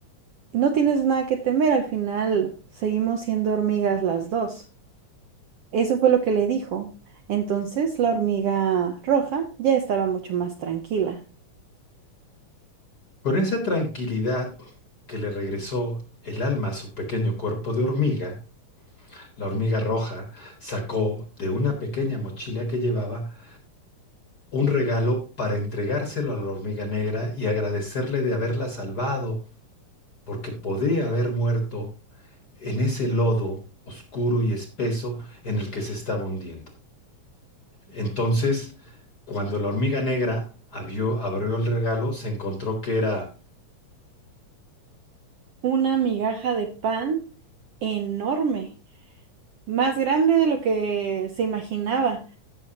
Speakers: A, on the right; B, on the left.
A: No tienes nada que temer, al final seguimos siendo hormigas las dos. Eso fue lo que le dijo. Entonces la hormiga roja ya estaba mucho más tranquila.
B: Con esa tranquilidad que le regresó el alma a su pequeño cuerpo de hormiga, la hormiga roja sacó de una pequeña mochila que llevaba un regalo para entregárselo a la hormiga negra y agradecerle de haberla salvado, porque podría haber muerto en ese lodo oscuro y espeso en el que se estaba hundiendo. Entonces, cuando la hormiga negra abrió, abrió el regalo, se encontró que era
A: una migaja de pan enorme, más grande de lo que se imaginaba.